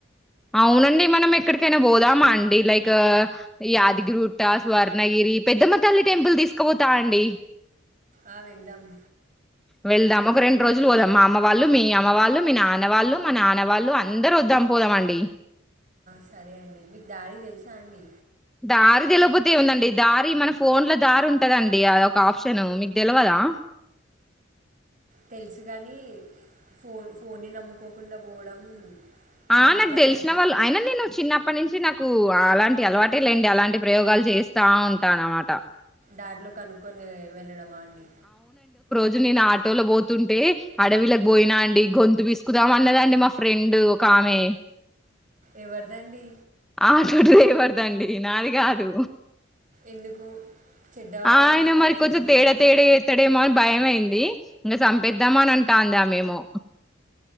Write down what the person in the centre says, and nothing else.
అవునండి మనం ఎక్కడికైనా పోదామా అండి లైక్ క యాదగిరిట్ట స్వర్ణగిరి పెద్దమ్మ తల్లి టెంపుల్ తీసుకుపోతా అండి
వెళ్దాం ఒక రెండు రోజులు పోదాం మా అమ్మ వాళ్ళు మీ అమ్మ వాళ్ళు మీ నాన్న వాళ్ళు మా నాన్న వాళ్ళు అందరు వద్దాం పోదామం డి
దారి తెల్వపోతే ఏముందండి దారి మన ఫోన్ ల దారి ఉంటదండి అదొ ఒక ఆప్షన్ మీకు తెలువదా
ఆ
నాకు
తెలిసిన
వాళ్ళు అయిన నేను చిన్న అప్పటి నుంచి నాకు అలాంటి అలవాటే లేండి అలాంటి ప్రయోగాలు చేస్తా ఉంటా అనమాట
దు నేను ఆటోలో పోతుంటే అడవిలకి బోయినా అండి గొంతు పీసుకుదాం అన్నదండి మా ఫ్రెండ్ ఒక ఆమె
ఆటో డ్రైవర్ దండి నాది కాదు
ఆయన
మరి
కొంచం తేడా తేడే చేతడేమో అని భయం అయింది ఇంకా చంపేద్దామ అని అంటాంది ఆ మేమొ